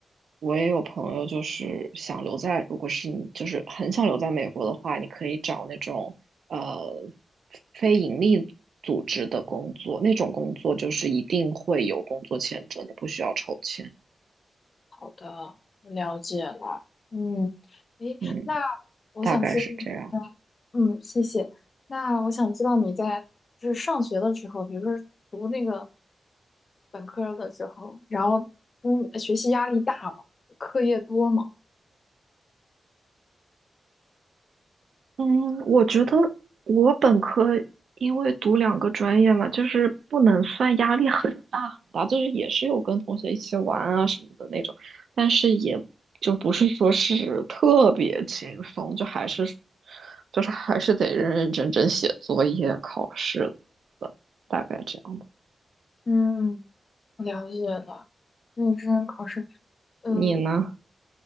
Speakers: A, on the right; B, on the left.
A: 我也有朋友就是想留在，如果是你就是很想留在美国的话，你可以找那种呃非盈利组织的工作，那种工作就是一定会有工作签证的，不需要抽签。
B: 好的，我了解了。嗯，诶，
A: 嗯，
B: 那我想知道，
A: 大概是这样。
B: 嗯，谢谢。那我想知道你在就是上学的时候，比如说读那个本科的时候，然后嗯，学习压力大吗？课业多吗？
A: 嗯，我觉得我本科因为读两个专业嘛，就是不能算压力很大很大，就是也是有跟同学一起玩啊什么的那种，但是也就不是说是特别轻松，就还是就是还是得认认真真写作业、考试的，大概这样的。
B: 嗯，我了解了。认真考试，呃，
A: 你呢？